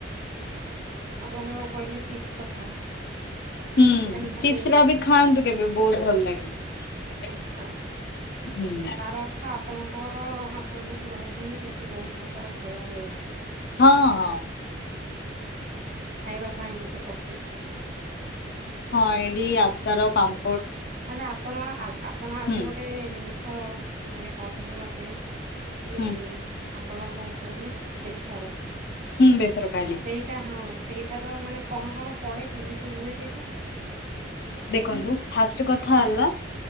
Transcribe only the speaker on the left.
ହୁଁ
ଚିପ୍ସ ଟା ବି ଖାଆନ୍ତୁ କେବେ ବହୁତ୍ ଭଲ ଲାଗିବ।
ହୁଁ ଡା।
ହଁ ହଁ।
ହଁ ଏଇଡି ଆଚାର ପାମ୍
ହୁଁ
ହୁଁ
ହୁଁ ବେସର ଖାଇଲି
ଦେଖନ୍ତୁ ଫାଷ୍ଟ କଥା ହେଲା